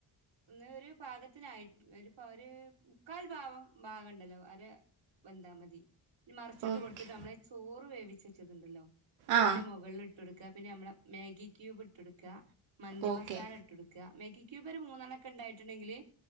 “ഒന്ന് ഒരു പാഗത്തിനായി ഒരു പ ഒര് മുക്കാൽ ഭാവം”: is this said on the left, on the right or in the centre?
Right